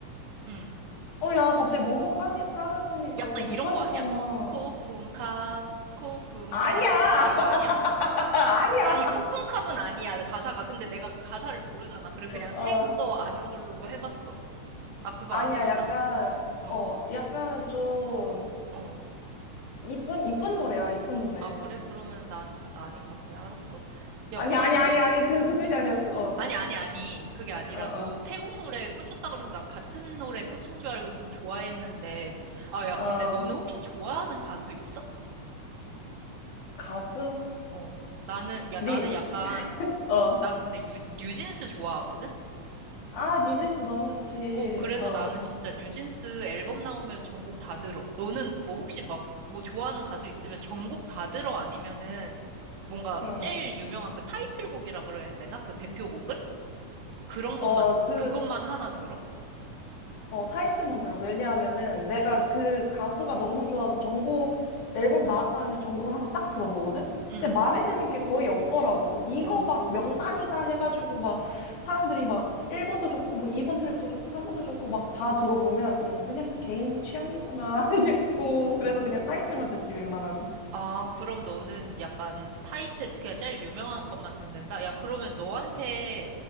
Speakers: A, on the right (about 70°); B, on the left (about 75°).
A: 응.
B: 어, 야, 갑자기 멍석 까니, 깔아주니까
A: 약간
B: 또 못하겠잖아.
A: 이런 거 아니야? 코쿤캅, 코쿤캅.
B: 아니야!
A: 이거
B: <laughs>
A: 아니야?
B: 아니야!
A: 아니, 코쿤캅은 아니야, 가사가. 근데 내가 가사를 모르잖아. 그래, 그냥
B: 어,
A: 태국어 아는 걸로 해봤어. 아, 그거
B: 아니야,
A: 아니구나.
B: 약간,
A: 어,
B: 어, 약간 좀,
A: 어.
B: 이쁜, 이쁜 노래야, 이쁜 노래.
A: 아, 그래? 그러면 난, 아, 나 아닌가 보네. 알았어. 야,
B: 아니,
A: 그러면
B: 아니, 아니,
A: 너,
B: 아니, 그, 그 뜻이 아니었어. 어,
A: 아니, 아니, 아니. 그게 아니라
B: 어,
A: 너 태국 노래에 꽂혔다 그래서 난 같은 노래에 꽂힌 줄 알고 좀 좋아했는데. 아, 야, 근데
B: 어, 어,
A: 너는 혹시 좋아하는 가수 있어?
B: 가수?
A: 어. 나는, 야,
B: 린.
A: 나는 약간,
B: 어.
A: 나는 근데 유, 뉴진스 좋아하거든?
B: 아, 뉴진스 너무 좋지.
A: 오, 그래서
B: 어,
A: 나는 진짜 뉴진스 앨범 나오면 전곡 다 들어. 너는 뭐 혹시 막 뭐 좋아하는 가수 있으면 전곡 다 들어 아니면은 뭔가
B: 응.
A: 제일 유명한 그 타이틀곡이라 그래야 되나? 그 대표곡을? 그런 것만,
B: 어, 그,
A: 그것만 하나 들어?
B: 어, 타이틀만 들어. 왜냐하면은 내가
A: 응,
B: 그 가수가 너무 좋아서 전곡 앨범 나왔다 하면 전곡을 한번 싹 들어보거든?
A: 응.
B: 근데 마음에 드는 게 거의 없더라고. 이거
A: 오,
B: 막 명반이다 해가지고 막 사람들이 막 1번도 좋고 뭐 2번 트랙도 좋고 3번도 좋고 막 다 들어보면 음, 그냥 개인 취향이구나 <laughs> 싶고
A: 오.
B: 그래서 그냥 타이틀만 듣지 웬만하면.
A: 아, 그럼 너는 약간 타이틀, 그냥 제일 유명한 것만 듣는다? 야, 그러면 너한테